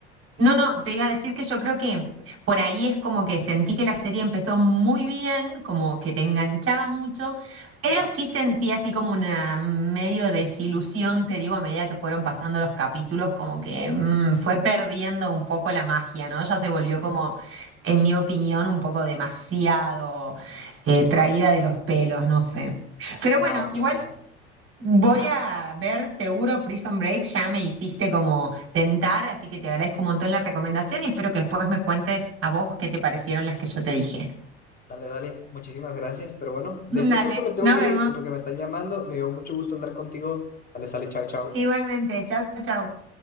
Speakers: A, on the right; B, on the left.
A: No, no, te iba a decir que yo creo que por ahí es como que sentí que la serie empezó muy bien, como que te enganchaba mucho, pero
B: ajá.
A: sí sentí así como una medio desilusión, te digo, a medida que fueron pasando los capítulos, como que mm, fue perdiendo un poco la magia, ¿no? Ya se volvió como, en mi opinión, un poco demasiado eh, traída de los pelos, no sé. Pero
B: No,
A: bueno,
B: ok,
A: igual
B: ajá.
A: Voy
B: Ajá.
A: a ver seguro Prison Break, ya me hiciste como tentar, así que te agradezco un montón la recomendación y espero que después me cuentes a vos qué te parecieron las que yo te dije.
B: Dale, dale. Muchísimas gracias. Pero bueno,
A: <laughs>
B: de
A: Dale,
B: este justo me tengo
A: nos
B: que
A: vemos.
B: ir porque me están llamando. Me dio mucho gusto hablar contigo. Dale, sale, chao, chao.
A: Igualmente, Chau, chau.